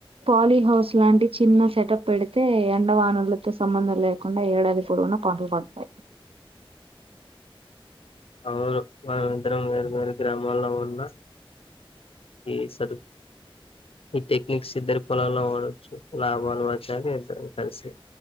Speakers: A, on the right; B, on the left.
A: పాలీహౌస్ లాంటి చిన్న సెటప్ పెడితే ఎండ వానలతో సంబంధం లే కుండా ఏడాది పోడవున పంటలు పండుతాయి
B: అవును మనం ఇద్దరం వేరు వేరు గ్రామాల్లో ఉన్న ఏ సరు ఈ టెక్నిక్స్ ఇద్దరి పొలాలలో వాడొచ్చు లాభాలు వచ్చాక ఇద్దరం కలిసి